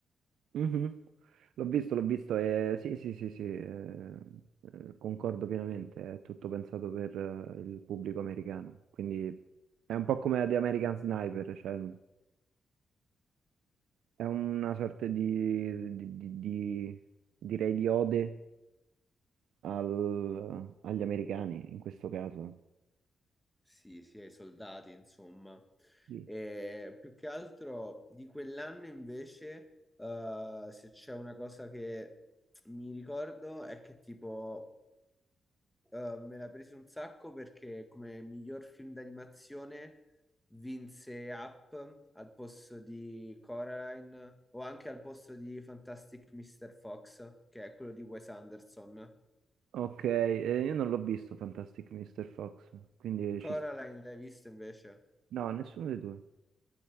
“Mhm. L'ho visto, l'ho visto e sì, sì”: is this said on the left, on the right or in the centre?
Right